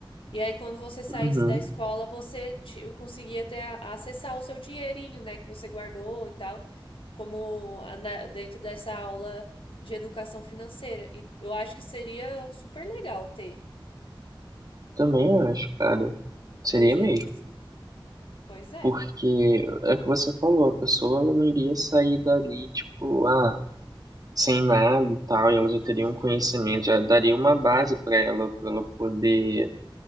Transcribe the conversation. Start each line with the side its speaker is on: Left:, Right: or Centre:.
Left: E aí, quando você saísse
Right: Uhum.
Left: da escola, você ti- conseguia ter a- acessar o seu dinheirinho, né, que você guardou e tal, como a- na- dentro dessa aula de educação financeira. E eu acho que seria super legal ter
Right: Também acho, cara.
Left: um projeto
Right: Seria mesmo.
Left: assim. Pois é.
Right: Porque é o que você falou, a pessoa ela não iria sair dali, tipo, ah, sem nada e tal, e ela já
Left: Uhum.
Right: teria um conhecimento, já daria uma base para ela, para ela poder